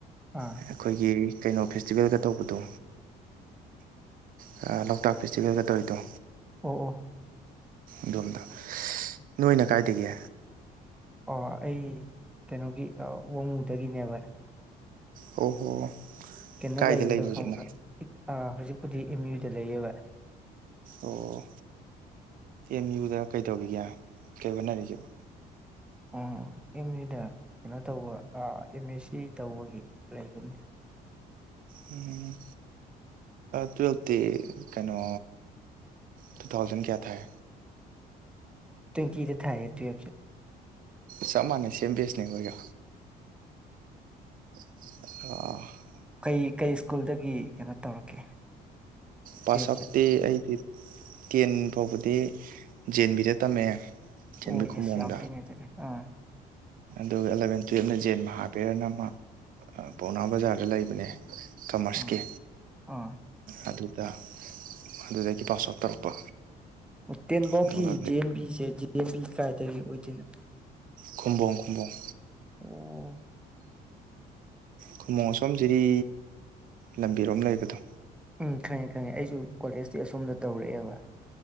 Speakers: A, in the centre; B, on the right (about 55°).
A: ꯑꯥ
B: ꯑꯩꯈꯣꯏꯒꯤ ꯀꯩꯅꯣ ꯐꯦꯁꯇꯤꯚꯦꯜꯒ ꯇꯧꯕꯗꯣ ꯑ ꯂꯣꯛꯇꯥꯛ ꯐꯦꯁꯇꯤꯚꯦꯜꯒ ꯇꯧꯔꯤꯗꯣ
A: ꯑꯣ ꯑꯣ
B: ꯑꯗꯣꯝꯗ ꯅꯣꯏꯅ ꯀꯥꯏꯗꯒꯤ
A: ꯑꯣ ꯑꯩ ꯀꯩꯅꯣꯒꯤ ꯑ ꯋꯥꯡꯉꯨꯗꯒꯤꯅꯦꯕ
B: ꯑꯣ ꯍꯣ
A: ꯀꯩꯅꯣ
B: ꯀꯥꯏꯗ
A: ꯂꯩꯕꯗꯣ
B: ꯂꯩꯕ ꯍꯧꯖꯤꯛꯅ
A: ꯈꯪꯕ꯭ꯔꯥ ꯍꯧꯖꯤꯛꯄꯨꯗꯤ ꯑꯦꯝ ꯌꯨꯗ ꯂꯩꯌꯦꯕ
B: ꯑꯣ ꯑꯦꯝ ꯌꯨꯗ ꯀꯩꯗꯧꯔꯤꯒꯦ ꯀꯩ ꯍꯣꯠꯅꯔꯤꯒꯦꯕ
A: ꯑꯣ ꯑꯦꯝ ꯌꯨꯗ ꯀꯩꯅꯣ ꯇꯧꯕ ꯑꯦꯝ ꯑꯦ ꯁꯤ ꯇꯧꯕꯒꯤ ꯂꯩꯕꯅꯤ <inaudible>
B: ꯎꯝ ꯇꯨꯋꯦꯜꯞꯇꯤ ꯀꯩꯅꯣ ꯇꯨ ꯊꯥꯎꯖꯟ ꯀꯌꯥ ꯊꯥꯏ
A: ꯇ꯭ꯋꯦꯟꯇꯤꯗ ꯊꯥꯏꯌꯦ ꯇꯨꯋꯦꯜꯞ ꯁꯨ
B: ꯆꯞ ꯃꯥꯟꯅꯩ ꯁꯦꯝ ꯕꯦꯁꯅꯦ ꯑꯩꯈꯣꯏꯒ ꯑ
A: ꯀꯩ ꯀꯩ ꯁ꯭ꯀꯨꯜꯗꯒꯤ ꯀꯩꯅꯣ ꯇꯧꯔꯛꯀꯦ
B: ꯄꯥꯁ
A: ꯇꯨꯌꯦꯜꯞꯁꯦ
B: ꯑꯥꯎꯛꯇꯤ ꯑꯩꯗꯤ ꯇꯦꯟ ꯐꯥꯎꯕꯗꯤ ꯖꯦꯟꯕꯤꯗ ꯇꯝꯃꯛꯑꯦ ꯖꯦꯟꯕꯤ
A: ꯑꯣ
B: ꯈꯨꯃꯣꯡꯗ
A: ꯌꯦꯁ ꯌꯥꯝ ꯐꯩꯅꯦ ꯑꯗꯨꯗꯤ ꯑꯥ
B: ꯑꯗꯨꯒ ꯑꯦꯂꯚꯦꯟ ꯇꯨꯌꯦꯜꯞꯅ ꯖꯦꯟ ꯃꯍꯥꯕꯤꯔꯅ ꯑꯃ ꯄꯥꯎꯅꯥ ꯕꯖꯥꯔꯗ ꯂꯩꯕꯅꯦ ꯊꯣꯃꯥꯁꯀꯤ
A: ꯑꯥ ꯑꯥ
B: ꯑꯗꯨ ꯗ ꯑꯗꯨꯗꯒꯤ ꯄꯥꯁ ꯑꯥꯎꯠ ꯇꯧꯔꯛꯄ
A: ꯇꯦꯟꯕꯥꯎꯀꯤ
B: ꯑꯗꯨꯒ
A: G N ꯕꯤꯁꯦ G N B ꯀꯥꯏꯗꯒꯤ ꯑꯣꯏꯗꯣꯏꯅꯣ
B: ꯈꯨꯝꯕꯣꯡ ꯈꯨꯝꯕꯣꯡ
A: ꯑꯣ
B: ꯈꯨꯃꯣꯡ ꯑꯁꯣꯝ ꯖꯤꯔꯤ ꯂꯝꯕꯤꯔꯣꯝ ꯂꯩꯕꯗꯣ
A: ꯎꯝ ꯈꯪꯉꯦ ꯈꯪꯉꯦ ꯑꯩꯁꯨ ꯀꯣꯂꯦꯖꯇꯤ ꯑꯁꯣꯝꯗ ꯇꯧꯔꯛꯑꯦꯕ